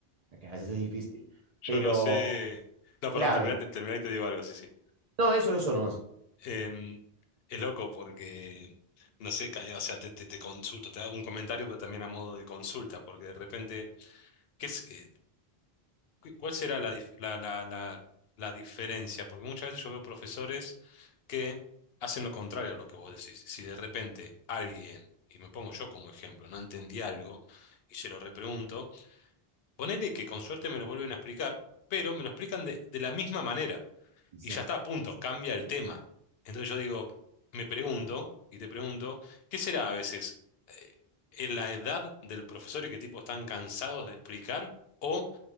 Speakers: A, on the right; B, on the left.
A: que a veces es difícil,
B: Yo
A: pero
B: no sé. No, perdón,
A: clave.
B: terminate, terminate y te digo algo, sí, sí.
A: No, eso, eso nomás.
B: Em, es loco porque, no sé, ca- o sea, te, te, te consulto, te hago un comentario, pero también a modo de consulta, porque de repente, ¿qué es? eh, ¿Cu- ¿Cuál será la, dif- la, la, la, la diferencia? Porque muchas veces yo veo profesores que hacen lo contrario a lo que vos decís. Si de repente alguien, y me pongo yo como ejemplo, no entendí algo y se lo repregunto, ponele que con suerte me lo vuelven a explicar, pero me lo explican de, de la misma manera
A: Y Sí.
B: y ya está a punto, cambia el tema. Entonces yo digo, me pregunto y te pregunto, ¿qué será a veces eh, en la edad del profesor y qué tipo están cansados de explicar o